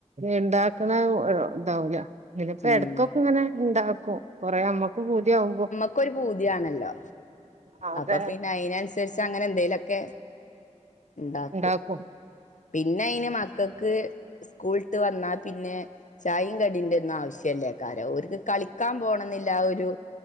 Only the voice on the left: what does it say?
ഉം
നമുക്ക് ഒരു പൂതിയാണല്ലോ
അപ്പൊ പിന്നെ അതിനനുസരിച്ച് അങ്ങനെ എന്തേലൊക്കെ ഇണ്ടാക്കും
പിന്നെ അതിന് മകൾക്ക് സ്കൂളുവിട്ട് വന്നാ പിന്നെ ചായയും കടി ന്റെ ഒന്നും ആവശ്യല്ലേയ്കാരം അവർക്ക് കളിക്കാൻ പോണ എന്ന് ള്ള ആ ഒരു